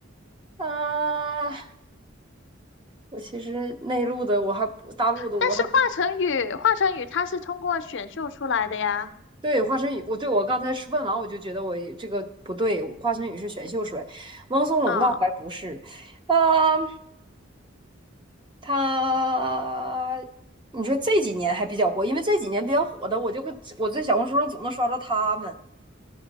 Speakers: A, on the right; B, on the left.
A: 啊、我其实内陆的我还不大陆的我还不
B: 但是华晨宇，华晨宇他是通过选秀出来的呀，
A: 对，华晨宇，我对我刚才是问完，我就觉得我也这个不对，华晨宇是选秀水，汪苏泷倒还不是，
B: 啊、
A: 啊、他，你说这几年还比较火，因为这几年比较火的，我就跟我在小红书上总能刷到他们，